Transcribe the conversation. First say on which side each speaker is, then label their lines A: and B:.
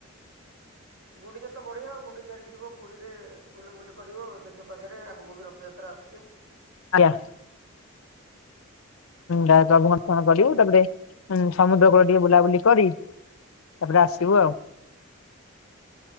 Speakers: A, on the right; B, on the left.
A: ଗୁଣ୍ଡିଚା ତ ବଢିଆ ଆଉ ଗୁଣ୍ଡି ଚାରେ ଯିବ ପୁରୀରେ ବୁଲାବୁଲି କରିବ ମେଘ ପାଖରେ ଆଗକୁ ବି ରଥଯାତ୍ରା ଆସୁଛି
B: ହ୍ୟାଲୋ। ଡାଏଟେ ଅର୍ପଣ କରିବୁ
A: ହୁଁ
B: ତାପରେ ହୁଁ ସମୁଦ୍ର କୂଳ ଟିକେ ବୁଲାବୁଲି କରି ତାପରେ ଆସିବୁ ଆଉ